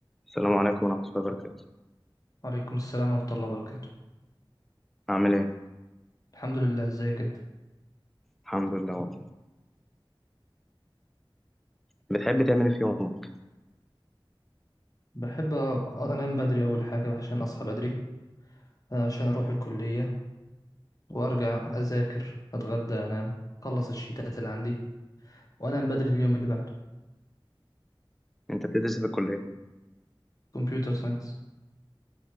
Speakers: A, in the centre; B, on the left.
A: السلام عليكم ورحمة الله وبركاته
B: وعليكم السلام ورحمة الله وبركاته
A: عامل ايه؟
B: الحمد لله ازيك انت
A: الحمد لله والله بتحب تعمل ايه في يومك؟
B: بحب انام بدري اول حاجة عشان اصحى بدري آه، عشان اروح الكلية وارجع اذاكر اتغدى انام اخلص الشيتات اللي عندي وانام بدري اليوم اللي بعده
A: انت بتدرس إيه في الكلية؟
B: كمبيوتر ساينس